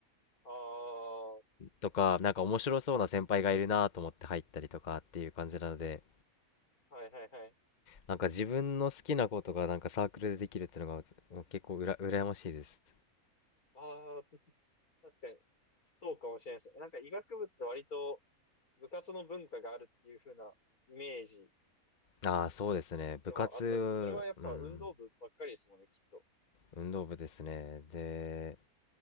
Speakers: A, on the left; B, on the left.
A: ああ、は
B: とか、なんか面白そうな先輩がいるなと思って入ったりとかっていう感じなので、
A: いはいはい。
B: なんか自分の好きなことがなんかサークルでできるっていうのがうつもう結構うら羨ましいです。
A: ああ、確かに、そうかもしれないですね。なんか医学部って割と部活の文化があるっていう風なイメージ
B: ああ、そうですね。部活、
A: ではあったんです。それはやっぱ運動部ばっかりですもんね、
B: うん、
A: きっと。
B: 運動部ですね。で、